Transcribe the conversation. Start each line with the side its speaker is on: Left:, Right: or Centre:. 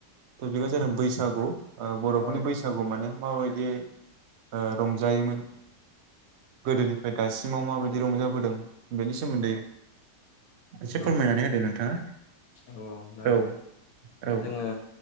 Right: टपिकआ जादों बैसागु ओ बर'फोरनि
Left: औ
Right: बैसागु माने माबायदियै ओ रंजायोमोन गोदोनिफ्राय दासिमाव माबायदि रंजाबोदों बेनि सोमोन्दै एसे
Left: औ
Right: फोरमायनानै होदो नोंथाङा
Left: औ जागोन
Right: औ
Left: दे
Right: औ
Left: जोङो